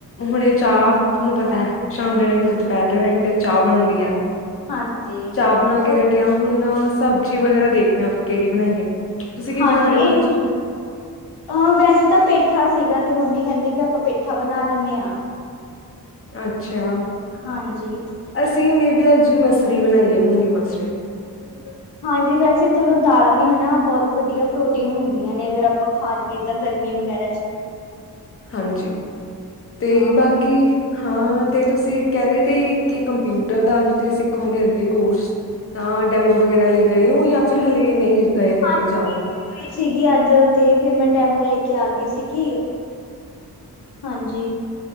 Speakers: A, on the left; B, on the left.
A: ਹੁਣੇ ਚਾਹ ਤੁਹਾਨੂੰ ਪਤਾ ਐ ਸ਼ਾਮ ਦੇ ਟਾਈਮ ਤੇ ਦੁਪਹਿਰ ਦੇ ਟਾਈਮ ਤੇ ਚਾਹ ਬਣਦੀ ਹੈ,
B: ਹਾਂਜੀ,
A: ਚਾਹ ਬਨਾ
B: ਉਹ
A: ਕੇ ਹ ਹੁਨ ਸਬਜ਼ੀ ਵਗੈਰਾ ਦੇਖਦੇ ਹਾਂ, ਕਿਹੜੀ ਬਣਾਈਏ ਤੁਸੀਂ ਕੀ
B: ਹਾਂਜੀ
A: ਬਣਾ ਰਹੇ ਹੋ
B: ਇਹ
A: ਅੱਜ?
B: ਹੀ ਅ ਵੈਸੇ ਤਾਂ ਪੇਠਾ ਸੀਗਾ ਤੇ ਮੰਮੀ ਕਹਿੰਦੀ ਵੀ ਆਪਾਂ ਪੇਠਾ ਬਨਾ ਲੈਂਨੇ ਆ
A: ਅੱਛਾ।
B: ਹਾਂਜੀ ਤ।
A: ਅਸੀਂ ਨੇ ਵੀ ਅੱਜ ਮਸਰੀ ਬਨਾਈ ਏ ਮੂੰਗੀ ਮਸਰੀ
B: ਹਠ- <unintelligible> ਹਾਂਜੀ ਵੈਸੇ ਚਲੋ ਦਾਲਾਂ ਵੀ ਹੈਨਾ ਬਹੁਤ ਵਦੀਆ ਪ੍ਰੋਟੀਨ ਹੁੰਦੀਆਂ ਨੇ ਅਗਰ ਆਪਾਂ ਖਾ ਲਈਏ ਤਾਂ ਗਰਮੀ ਵਗੈਰਾ ਚ।
A: ਹਾਂਜੀ, ਤੇ
B: ਹਾਂ
A: ਬਾਕੀ ਹਾਂ
B: ਹਾਂਜੀ
A: ਤੇ ਤੁਸੀਂ ਕਹਿ ਰਹੇ ਤੇ, ਕਿ ਕੰਪਿਊਟਰ ਦਾ ਤੁਸੀਂ ਸਿੱਖੋਗੇ ਅੱਗੇ ਕੋਰਸ ਤਾਂ ਡੈਮੋ ਵਗੈਰਾ ਲਈ ਗਏ ਔ ਜਾਂ ਫਿਰ ਹਲੇ ਨਹੀਂ ਗਏ ਹੈਗੇ
B: ਹਾਂਜੀ,
A: ਜਾਊਗੇ
B: ਸੀਗੀ ਅੱਜ ਤੇ ਫੇਰ ਮੈਂ ਡੈਮੋ ਲੈਕੇ ਆ ਗਈ ਸੀਗੀ ਹਾਂਜੀ